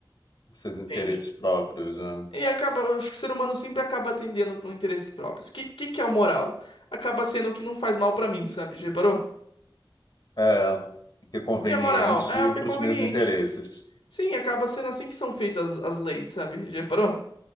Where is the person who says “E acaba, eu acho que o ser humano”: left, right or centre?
Left